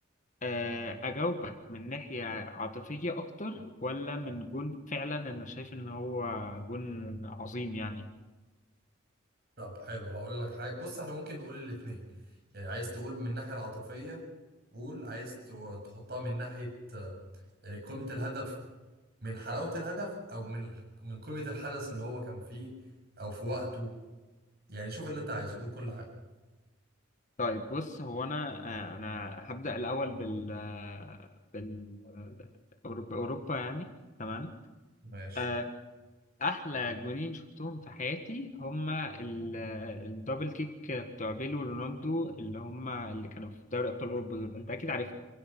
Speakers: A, on the left (about 35°); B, on the right (about 50°).
A: آه، أجاوبك من ناحية عاطفية أكتر ولا من جون فعلا أنا شايف إن هو جون عظيم يعني
B: طب حلو هقول لك حاجه بص احنا ممكن نقول الاثنين يعني عايز تقول من الناحيه العاطفيه قول عايز ت- تحطها من ناحيه آه، يعني قيمه الهدف من حلاوة الهدف أو من من قيمة الحدث اللي هو كان فيه أو في وقته يعني شوف اللي أنت عايزه قول كل حاجة
A: طيب بص هو أنا آه، أنا هبدأ الأول بال آه، بال أوروبا أوروبا يعني تمام
B: ماشي
A: آه، أحلى جونين شفتهم في حياتي هما ال- آه، الدبل كيك بتوع بيلو ورونالدو اللي هما اللي كانوا في دوري أبطال أوروبا دول أنت أكيد عارفهم